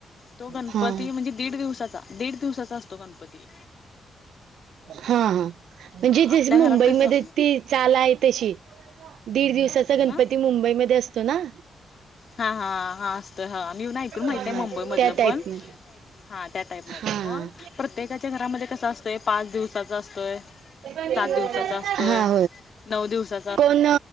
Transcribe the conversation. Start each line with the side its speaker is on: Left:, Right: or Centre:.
Left: तो गणपती
Right: हां.
Left: म्हणजे दीड दिवसाचा. दीड दिवसाचा असतो गणपती.
Right: हा, हा. म्हणजे
Left: हा आपल्या
Right: जसं मुंबईमध्ये
Left: घरात कसं
Right: ती चालाय तशी. दीड दिवसाचा गणपती
Left: हा
Right: मुंबईमध्ये असतो ना.
Left: हा, हा, हा. असतय. हा मी ऐकून माहित
Right: हां.
Left: आहे, मुंबई मधलं
Right: त्या टाईपमध्ये.
Left: पण हा त्या टाईपमध्ये.
Right: हां.
Left: मग प्रत्येकाच्या घरामध्ये कस असतंय, पाच दिवसाचा असतोय
Right: हां,
Left: सात दिवसाचा असतोय. नऊ दिवसाचा
Right: पण